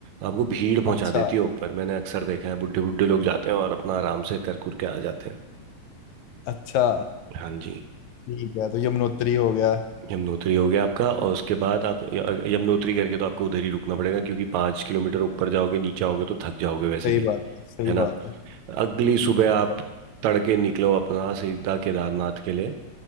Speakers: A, on the right (about 75°); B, on the left (about 75°).
A: आपको भीड़ पहुंचा
B: अच्छा
A: देती है ऊपर मैंने अक्सर देखा है बुढ़े बुढ़े लोग जाते हैं और अपना आराम से कर कुर के आ जाते हैं
B: अच्छा
A: हाँ जी
B: ठीक है तो यमुनोत्री हो गया
A: यमुनोत्री हो गया आपका और उसके बाद आप य- यमुनोत्री करके तो आपको उधर ही रुकना पड़ेगा क्योंकि पाँच किलोमीटर ऊपर जाओगे नीचे आओगे तो थक जाओगे वैसे
B: सही
A: भी
B: बात है सही
A: है ना
B: बात है
A: अगली सुबह
B: ठीक
A: आप
B: है।
A: तड़के निकलो अपना सीधा केदारनाथ के लिए